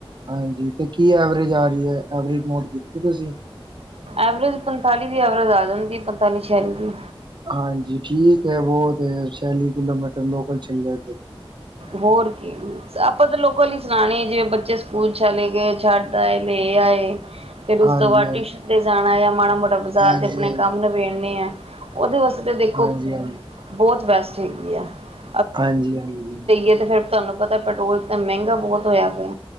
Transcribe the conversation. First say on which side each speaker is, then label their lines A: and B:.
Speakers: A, on the right; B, on the right.
A: ਹਾਂਜੀ ਤੇ ਕੀ ਐਵਰੇਜ ਆ ਰਹੀ ਹੈ ਐਵਰੇਜ ਮੋੜ ਕਿ ਤੁਸੀਂ
B: ਐਵਰੇਜ ਪੰਤਾਲੀ ਦੀ ਐਵਰੇਜ ਆ ਜਾਂਦੀ ਹੈ ਪੰਤਾਲੀ ਛਹਿਆਲੀ ਦੀ
A: ਹਾਂਜੀ ਠੀਕ ਹੈ ਬ ਤੇ ਯਾਰ ਛਲੀ <unintelligible> ਕਿਲੋਮੀਟਰ ਲੋਕਕਲ ਚੱਲ ਰ
B: ਹੋਰ ਕੀ ਆਪਾਂ ਤਾਂ ਲੋਕਾਂ ਹੀ ਸੁਣਾਣੇ ਜਿਵੇਂ ਬੱਚੇ ਸਕੂਲ ਚਲੇ ਗਏ। ਛੱਡ ਆਏ ਲੈ ਆਏ ਫੇਰ ਉਸ
A: ਹਾਂਜੀ
B: ਤੋਂ ਬਾਅਦ
A: ਹਾਂਜੀ
B: ਟਿਊਸ਼ਨ ਤੇ ਜਾਣਾ ਆ। ਮੋਟਾ ਬਾਜ਼ਾਰ
A: ਹਾਂਜੀ
B: ਤੇ ਆਪਣੇ
A: ਹਾਂਜੀ
B: ਕੰਮ ਨਬੇੜੇ ਆ ਉਹਦੇ ਵਾਸਤੇ ਦੇਖੋ
A: ਹਾਂਜੀ ਹਾਂਜੀ
B: ਬਹੁਤ ਵੈਸਟ <unintelligible>
A: ਹਾਂਜੀ -ਹਾਂਜੀ
B: ਫਿਰ ਤੁਹਾਨੂੰ ਪਤਾ ਪੈਟਰੋਲ ਤਾਂ ਮਹਿੰਗਾ ਬਹੁਤ ਹੋਇਆ ਪਿਆ